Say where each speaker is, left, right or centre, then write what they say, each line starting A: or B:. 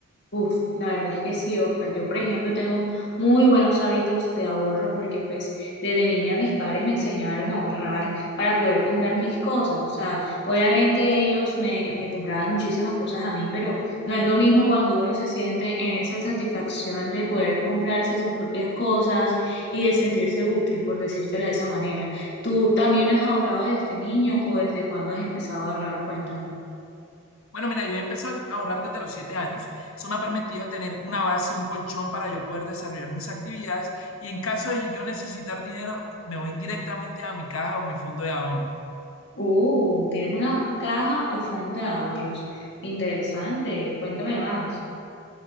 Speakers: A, on the left (about 55°); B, on the left (about 75°).
A: Uf, la verdad es que sí, Oscar. Yo, por ejemplo, tengo muy buenos hábitos de ahorro porque pues desde niña mis padres me enseñaron a ahorrar para poder comprar mis cosas. O sea, obviamente ellos me, me compraban muchísimas cosas a mí, pero no es lo mismo cuando uno se siente en esa satisfacción de poder comprarse sus propias cosas y de sentirse útil, por decírtelo de esa manera. ¿Tú también has ahorrado desde niño o desde cuándo has empezado a ahorrar? Cuéntame.
B: Bueno, mira, yo he empezado a ahorrar desde los siete años. Eso me ha permitido tener una base, un colchón para yo poder desarrollar mis actividades y en caso de yo necesitar dinero, me voy directamente a mi caja o mi fondo de ahorros.
A: Uh, tienes una caja o fondo de ahorros. Interesante. Cuéntame más.